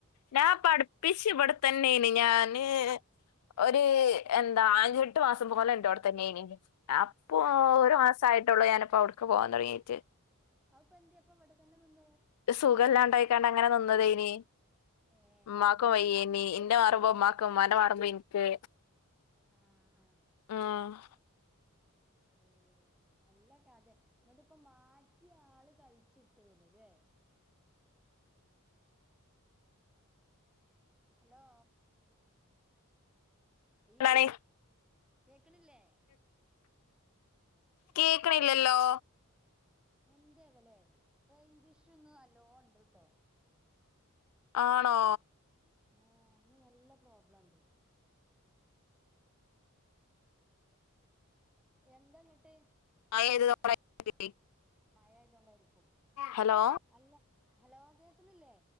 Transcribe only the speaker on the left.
ഞാപ്പട്പ്പിച്ച് ഇവിടെ തന്നേണ് ഞാന് ഒര് എന്താ അഞ്ചെട്ട് മാസംപോലെ ഇന്റോട്തന്നെ ഏനി അപ്പൊ
ഒരാസായി ഞാനിപ്പോ അവ്ട്ക്ക് പോവാൻ തൊടങ്ങീട്ട്
സുഖല്ലാണ്ടായ്ക്കാണ്ട് അങ്ങനെ നിന്നതേനി
ഇമ്മാക്കും വയ്യേനി ഇന്റെ മാ റുമ്പൊ ഇമ്മാക്ക് ഇമ്മാന്റെ മാറുമ്പോ ഇൻക്ക്
ആഹ്
എന്താണ്
കേക്ക്ണില്ലല്ലോ
ആണോ
<unintelligible>
ഹലോ